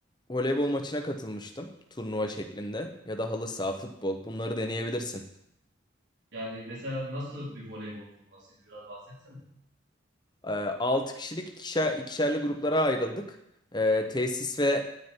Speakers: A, on the left (about 25°); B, on the right (about 70°).
A: voleybol maçına katılmıştım. Turnuva şeklinde ya da halı saha, futbol bunları deneyebilirsin.
B: Yani mesela nasıl bir voleybol turnuvasıydı biraz bahsetsene.
A: E, 6 kişilik ikişer, ikişerli gruplara ayrıldık. E, tesis ve